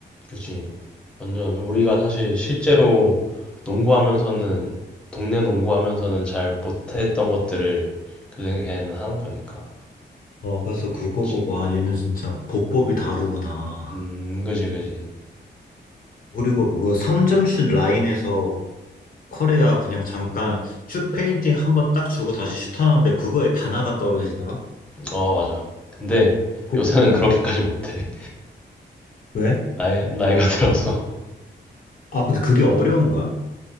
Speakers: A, in the centre; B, on the left.
A: 그치. 완전 우리가 사실 실제로 농구하면서는 동네 농구하면서는 잘 못했던 것들을 그 걔는 하는 거니까
B: 어, 그래서
A: 그런
B: 그거
A: 게 있지.
B: 보고 아 얘는 진짜 보법이 다르구나.
A: 음, 그지, 그지.
B: 그리고 그거 3점슛 라인에서 커리가 그냥 잠깐 슛 페인팅 한 번 딱 주고 다시 슛하는데 그거에 다나가 떨어지더라?
A: 어, 맞아. 근데
B: 그,
A: 요새는
B: 어.
A: 그렇게까지 못해.
B: 왜?
A: 나이, 나이가 들어서.
B: 아, 근데 그게 어려운 거야?